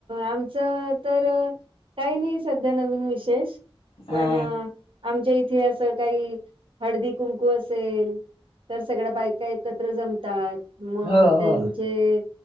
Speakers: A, on the right; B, on the left.
A: आमचं तर काही नाही सध्या नवीन विशेष.
B: हा
A: पण आमच्या इथे असं काही हळदी कुंकू असेल, तर सगळ्या बायका एकत्र जमतात. मग
B: हो
A: त्यांचे
B: हो